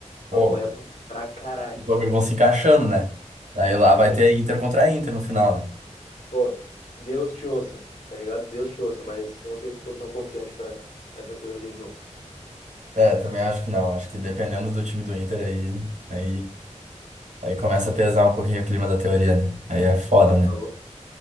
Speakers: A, on the right; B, on the left.
A: pô,
B: Papo reto pra caralho.
A: os bagulhos vão se encaixando, né? Aí lá vai
B: Mas,
A: ter Inter contra a Inter no final, né?
B: pô, Deus te ouça, tá ligado? Deus te ouça, mas não sei se eu tô tão confiante pra essa teoria de novo.
A: É, também acho que não. Acho que dependendo do time do Inter aí, aí, aí começa a pesar um pouquinho o clima da teoria, né? Aí é foda,
B: Pá,
A: né?
B: tá louco.